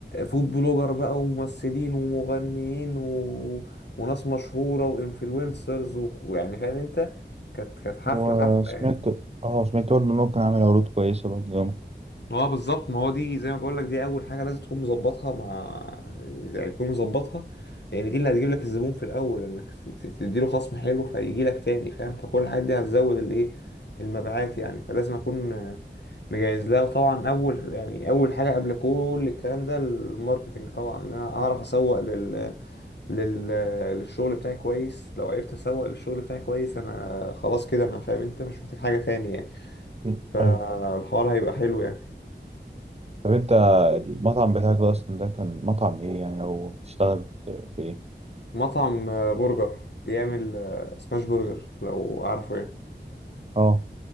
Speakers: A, on the left (about 65°); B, on the right (about 35°).
A: فود بلوجر بقى وممثلين ومغنيين و... وناس مشهورة وانفلونسرز و... ويعني فاهم انت كانت كانت حفلة
B: وسمعت
A: حفلة يعني
B: اه سمعت برضه إن هو كان عامل عروض كويسة برضه يومها
A: اه بالظبط ما هو دي زي ما بقول لك دي اول حاجه لازم تكون مظبطها مع يعني تكون مظبطها لان دي اللي هتجيب لك الزبون في الاول انك ت- ت- تديله خصم حلو فيجي لك تاني فاهم فكل الحاجات دي هتزود الايه المبيعات يعني فلازم اكون آه، مجهز لها وطبعا اول يعني اول حاجه قبل كل الكلام ده الماركتنج طبعا ان انا اعرف اسوق لل... لل... للشغل بتاعي كويس لو عرفت اسوق للشغل بتاعي كويس انا خلاص كده انا فاهم انت مش محتاج حاجه تاني يعني
B: مم.
A: فالحوار
B: أيوة
A: هيبقى حلو يعني
B: طب أنت المطعم بتاعك ده أصلا ده كان مطعم إيه يعني أو بتشتغل في إيه؟
A: مطعم آه، برجر بيعمل آه، سماش برجر لو عارفه يعني
B: اه